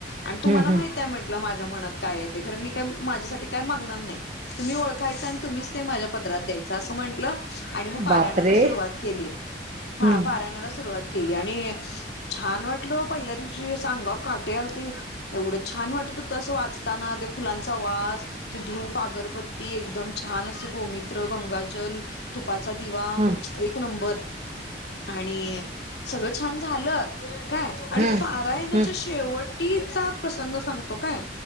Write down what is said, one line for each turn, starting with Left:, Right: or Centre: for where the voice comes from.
Left: अन तुम्हाला
Right: हम्म
Left: माहित
Right: हम्म
Left: आहे म्हटल माझ्या मनात काय आहे ते मी काय माझ्यासाठी काय मागणार नाही तुम्ही ओखय आणि तुम्हीच ते माझ्या पदरात द्यायचं असं म्हटलं. आणि मग पारायणाला
Right: बापरे
Left: सुरुवात केली हा
Right: हम्म
Left: पारायणाला सुरुवात. केली आणि छान वाटल पहिल्या दिवशी सांगावर काटे आल ते एवढं छान वाट. तू तसं वाचताना ते फुलांचा वास. ती धूप अगरबत्ती एकदम छान असं गोमित्र, गंगाजल त तुपाचा दिवा
Right: हम्म
Left: एक नंबर. आणि सगळं छान झालं. काय आणि
Right: हम्म
Left: पारायणाच्या
Right: हम्म
Left: शेवटीचा प्रसंग सांगतो काय.